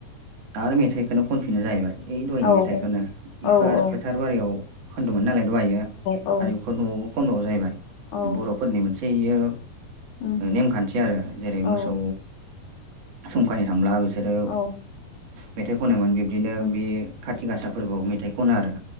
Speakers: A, on the right; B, on the left.
A: दा आरो मेथाइखौनो खनफिनो जाहैबाय। दयनि
B: औ
A: मेथाइखौनो बेखौ
B: औ
A: आरो फोथार बारियाव खोन्दोंमोन नालाय लायो
B: औ
A: आरो बेखौ न'आवबो खनन्द' जाहैबाय
B: औ
A: बर'फोरनि मोनसेयो
B: उम
A: नेमखान्थि आरो जेरै
B: औ
A: मोसौ समखानि थांब्ला बिसोरो
B: औ
A: मेथाइ खनोमोन बिब्दिनो
B: उम
A: बे खाथि गासा फोरबोआव मेथाइ खनो आरो।